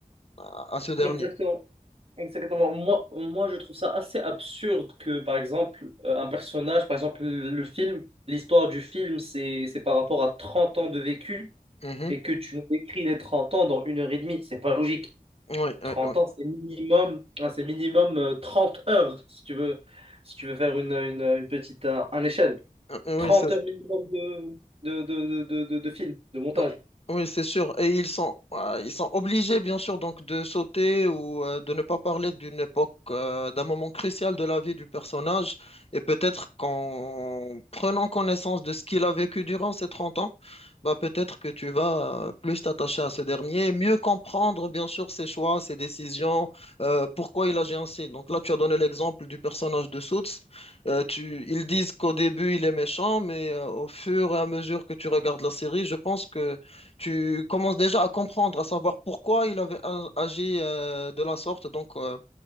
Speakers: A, on the left; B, on the right.
A: à à ce dernier.
B: Exactement. Exactement. Moi, moi, je trouve ça assez absurde que, par exemple, euh, un personnage, par exemple, le le film, l'histoire du film, c'est, c'est par rapport à 30 ans de vécu.
A: Mhm.
B: et que tu nous décris les 30 ans dans une heure et demie. C'est pas logique.
A: Oui,
B: Trente
A: oui, oui.
B: ans, c'est minimum, hein, c'est minimum euh, 30 heures si tu veux, si tu veux faire une, une, une petite euh, un échelle.
A: Euh,
B: 30
A: Oui, c'est
B: heures minimum de, de, de, de, de, de- de film, de montage.
A: Oh, Oui, c'est sûr. Et ils sont, euh, ils sont obligés, bien sûr, donc de sauter ou euh, de ne pas parler d'une époque, euh, d'un moment crucial de la vie du personnage. Et peut-être qu'en prenant connaissance de ce qu'il a vécu durant ces 30 ans, bah, peut-être que tu vas euh, plus t'attacher à ce dernier, et mieux comprendre, bien sûr, ses choix, ses décisions, euh, pourquoi il agit ainsi. Donc là, tu as donné l'exemple du personnage de Suits. Euh, tu, ils disent qu'au début il est méchant, mais euh, au fur et à mesure que tu regardes la série, je pense que tu commences déjà à comprendre, à savoir pourquoi il avait a- agi euh, de la sorte, donc euh,